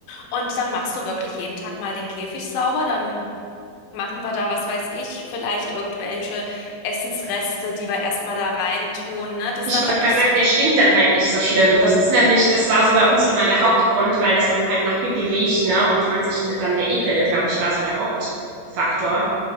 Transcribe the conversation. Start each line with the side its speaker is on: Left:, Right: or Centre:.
Left: Und dann machst du wirklich jeden Tag mal den Käfig sauber, dann machen wir da, was weiß ich, vielleicht irgendwelche Essensreste, die wir erstmal da reintun, ne? Dass
Right: Ich
Left: da
Right: wollte
Left: wirklich
Right: gerade sagen,
Left: so
Right: der stinkt dann halt nicht so schlimm. Das ist nämlich, das war so bei uns immer der Hauptgrund, weil das dann halt nach Pipi riecht, ne? Und man sich dann der Ekel, glaube ich, war so der Hauptfaktor.